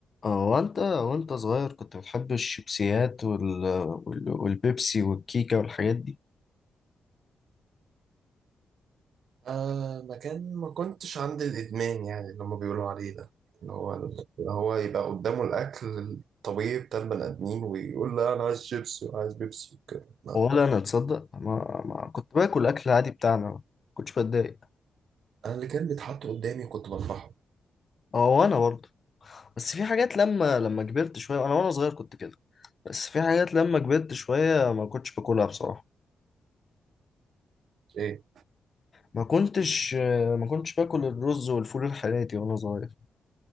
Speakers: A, on the left; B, on the right.
A: اه وانت وانت صغير كنت بتحب الشيبسيات وال... وال... والبيبسي والكيكة والحاجات دي
B: آه مكان ما كنتش عند الإدمان يعني اللي هما بيقولوا عليه ده اللي هو اللي هو يبقى قدامه الأكل الطبيعي بتاع البني آدمين ويقول لا أنا عايز شيبسي وعايز بيبسي وكده لا
A: ولا انا تصدق ما... ما كنت باكل اكل عادي بتاعنا ما كنتش بتضايق
B: أنا اللي كان بيتحط قدامي كنت بطبخه
A: اه وانا برضه بس في حاجات لما لما كبرت شوية انا وانا صغير كنت كده بس في حاجات لما كبرت شوية ما كنتش باكلها بصراحة
B: إيه
A: ما كنتش ما كنتش باكل الرز والفول الحراتي وانا صغير